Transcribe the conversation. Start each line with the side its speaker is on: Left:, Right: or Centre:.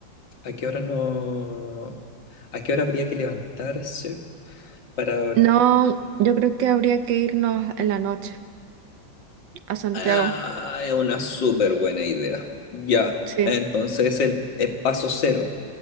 Left: ¿a qué hora no, a qué hora habría que levantarse para
Right: No, yo creo que habría que irnos en la noche a Santiago,
Left: Ah, es una súper buena idea. Ya,
Right: sí,
Left: entonces el, el paso cero.